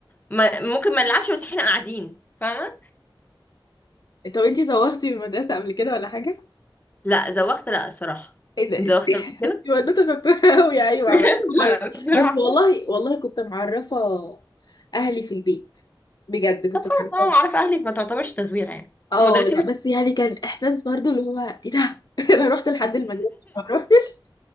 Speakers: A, on the left; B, on the left.
A: ما... ممكن ما نلعبش بس احنا قاعدين فاهمة
B: طب انتي زوغتي من المدرسة قبل كده ولا حاجة؟
A: لا زوخت لا الصراحة
B: ايه ده <laughs>
A: انت زوخت قبل كده
B: دي بنوته شطوره قوي ايوه
A: <laughs>
B: عملت
A: لا
B: مرة
A: بصراحة
B: بس والله والله كنت معرفه اهلي في البيت بجد كنت
A: طب خلاص
B: معرفه
A: انا عارف اهلك ما تعتبرش تزويغ يعني
B: اه
A: المدرسين
B: لا
A: مش
B: بس يعني كان احساس برضو اللي هو ايه ده <laughs> انا رحت لحد المدرسه ما روحتش